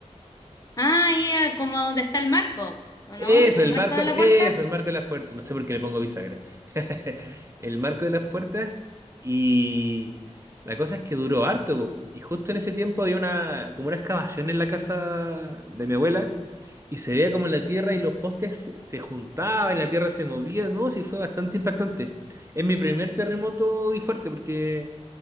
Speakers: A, on the left; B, on the right.
A: Ah, ya, como donde está el marco, ¿o
B: Eso,
A: no? ¿El
B: el
A: marco
B: marco,
A: de la
B: eso,
A: puerta?
B: el marco de las puertas. No sé por qué le pongo bisagra. <laughs> El marco de las puertas. Y la cosa es que duró harto. po. Y justo en ese tiempo había una, como una excavación en la casa de mi abuela. Y se veía como la tierra y los postes se, se juntaban, la tierra se movía. No, sí, fue bastante impactante. Es mi primer terremoto y fuerte porque